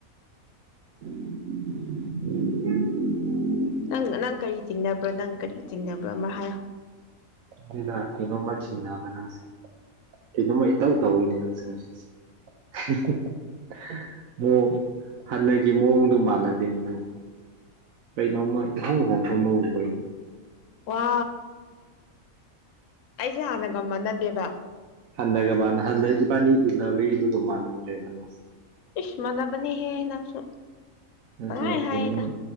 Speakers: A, on the right; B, on the left.
A: <unintelligible>
B: ꯅꯪ ꯅꯪ ꯀꯔꯤ ꯆꯤꯡꯅꯕ꯭ꯔꯥ ꯅꯪ ꯀꯔꯤ ꯆꯤꯡꯅꯕ꯭ꯔꯥ ꯑꯃ ꯍꯥꯏꯌꯣ
A: ꯑꯗꯨꯅ ꯀꯩꯅꯣꯝꯃ ꯆꯤꯡꯅꯕ ꯅꯪꯁꯦ ꯀꯩꯅꯣꯝꯃ ꯏꯇꯧ ꯇꯧꯋꯤꯅꯦ ꯅꯪꯁꯦ ꯉꯁꯤꯁꯦ <unintelligible> ꯑꯣ ꯍꯥꯟꯅꯒꯤ ꯃꯑꯣꯡꯗꯨ ꯃꯥꯟꯅꯗꯦꯅꯤ ꯅꯪ ꯀꯩꯅꯣꯝꯃ ꯏꯍꯣꯡ ꯍꯣꯡꯕ ꯃꯣꯡ ꯎꯕꯩ
B: ꯋꯥ ꯑꯩꯁꯦ ꯍꯥꯟꯅꯒ ꯃꯟꯅꯗꯦꯕ
A: ꯍꯟꯅꯒ ꯃꯥꯟꯅ ꯍꯟꯅ ꯏꯕꯥꯅꯤ ꯎꯅꯕꯒꯤꯗꯨꯒ ꯃꯥꯟꯅꯗ꯭ꯔꯦꯕ ꯅꯪꯁ
B: ꯏꯁ ꯃꯟꯅꯥꯕꯅꯤ ꯍꯦ ꯅꯪꯁꯨ
A: ꯅꯪꯁꯦ
B: ꯄꯪꯍꯥꯏ ꯍꯥꯏꯌꯦꯗ
A: ꯀꯩꯅꯣꯅꯦ